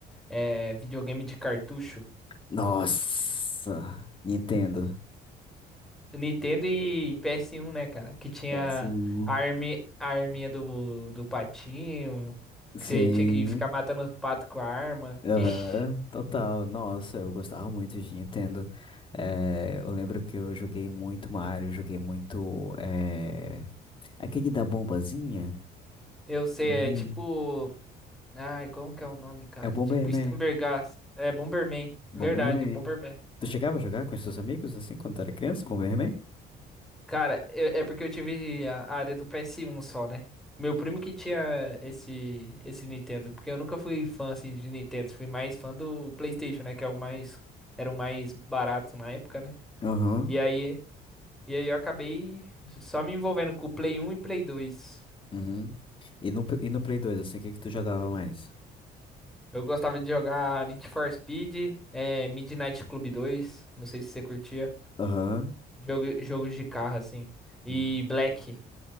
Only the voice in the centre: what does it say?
é, videogame de cartucho.
Nintendo e PS1, né, cara? Que tinha
a, armi... a arminha do... do patinho,
que você tinha que ficar matando os patos com a arma.
Ixi,
eu sei,
é tipo. Ai, como que é o nome, cara?
Tipo Stambergast. É Bomberman.
Verdade, Bomberman.
Cara, é é porque eu tive a a área do PS1 só, né? Meu primo que tinha esse esse Nintendo, porque eu nunca fui fã assim de Nintendo, fui mais fã do PlayStation, né, que é o mais era o mais barato na época, né?
E aí, e aí eu acabei só me envolvendo com o Play um e Play dois
Eu gostava de jogar Need for Speed, é, Midnight Club dois não sei se você curtia.
Jogo, jogos de carro, assim. E
Black,